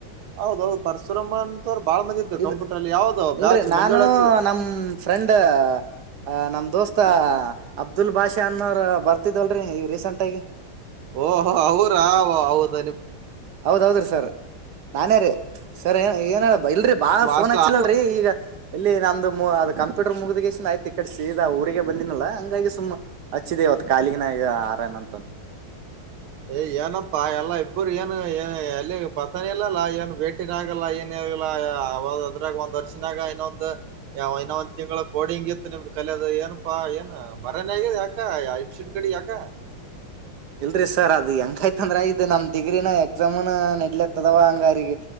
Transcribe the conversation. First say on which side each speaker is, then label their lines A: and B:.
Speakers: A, on the right (about 80°); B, on the right (about 60°).
A: ಹೌದೌದು ಪರಶುರಮ್ಮ ಅಂತವ್ರು ಬಾಳ ಮಂದ ಇದರು
B: ಇದು
A: ಕಂಪ್ಯೂಟರ್ ಅಲ್ಲಿ ಯಾವ್ದ
B: ಇಲ್ರಿ
A: ಬ್ಯಾಚ್
B: ನಾನು
A: ಮುಂಜೋಳೆ ಹಚ್ಚಿದೆ
B: ನಮ್ ಫ್ರೆಂಡ್ ಅ ನಮ್ ದೋಸ್ತ ಅಬ್ದುಲ್ ಬಾಷಾ ಅನ್ನೋ್ರ ಬರ್ತಿದಲ್ರಿ ಈ ರೀಸೆಂಟ್ ಆಗಿ
A: ಓಹೋ ಅವರ ಅವ್ಡು <unintelligible>
B: ಹೌದೌದು ರೀ ಸರ್ ನಾನೇ ರೀ ಸರ್ ಏನು ಏನು ಇಲ್ರರಿ ಬಾಳ
A: ನಿಮ್
B: ಫೋನ್
A: ಹಾಸ್ಟೆಲ್
B: ಹಚ್ಚಿಲ್ಲಲ್ರರಿ ಈಗ ಇಲ್ಲಿ ನಮ್ದು ಅದು ಕಂಪ್ಯೂಟರ್ ಮುಗ್ದ ಯ್ತಿ ಕಡಸಿದ ಊರಿಗೆ ಬಂದಿನಿಲ್ಲಲ್ಲಂಗ ಹಾಗಿ ಸುಮ್ಮ್ ಹಚ್ಚಿದೆ ಇವತ್ತು ಕಾಲಿಗಿನ ಈಗ ಆರನ ಅಂತಂದು
A: ಏ್ ಏನಪ್ಪಾ ಎಲ್ಲಾ ಇಬ್ಬರು ಏನು ಏನು ಅಲ್ಲಿ ಪತನ ಇಲ್ಲಲ್ಲ ಏನು ಭೇಟಿ ಆಗಲ್ಲ ಏನ ಯಾವ ಅದ್ರಾಗ ಒಂದ್ ವರ್ಷನಾಗ ಇನ್ನೊಂದು ಇನ್ನೊ ಒಂದ ತಿಂಗಳ ಕೋಡಿಂಗಿತ್ತು ನಿಮ್ದ್ ಕಲ ಏನಪ್ಪಾ ಏನ್ ಬರಾನ ಆಗ ಯಾಕ ಇನ್ಷಿಂ ಕಡೆ ಯಾಕ
B: <inaudible> ಇಲ್ರರಿ ಸರ್ ಅದ ಹೆಂಗಾಯ್ತಂದ್ರ ಇದು್ ನಮ್ ಡಿಗ್ರಿನ ಎಕ್ಸಾಮುನ ನೆಡ್ಲತ್ತದವ ಹಂಗಿಗೆ